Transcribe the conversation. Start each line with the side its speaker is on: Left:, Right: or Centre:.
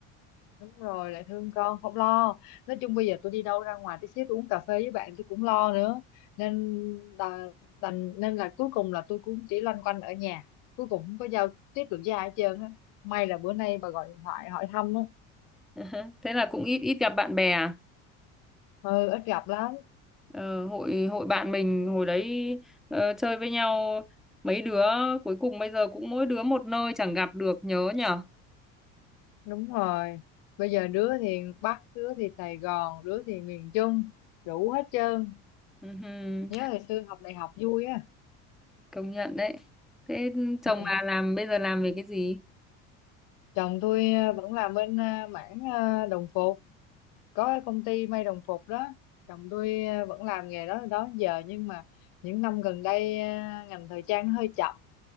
Left: đúng rồi lại thương con không lo nói chung bây giờ tôi đi đâu ra ngoài tí xíu tôi uống cà phê với bạn tôi cũng lo nữa nên là đành nên là cuối cùng là tôi cũng chỉ loanh quanh ở nhà cuối cùng không có giao tiếp được với ai hết trơn á may là bữa nay bà gọi điện thoại hỏi thăm á
Centre: <laughs> thế là cũng ít ít gặp bạn bè à
Left: ừ ít gặp lắm
Centre: Ờ, hội hội bạn mình hồi đấy ờ, chơi với nhau mấy đứa cuối cùng bây giờ cũng mỗi đứa một nơi chẳng gặp được nhớ nhở
Left: Đúng rồi. Bây giờ đứa thì Bắc, đứa thì Sài Gòn, đứa thì miền Trung, đủ hết trơn.
Centre: Ừhừ,
Left: Nhớ hồi xưa học đại học vui á.
Centre: công nhận đấy thế chồng
Left: Ừ.
Centre: bà làm bây giờ làm về cái gì
Left: Chồng tôi ờ, vẫn làm bên ờ, mảng ờ, đồng phục, có cái công ty may đồng phục đó. Chồng tôi ờ, vẫn làm nghề đó đó giờ nhưng mà những năm gần đây ờ, ngành thời trang nó hơi chậm.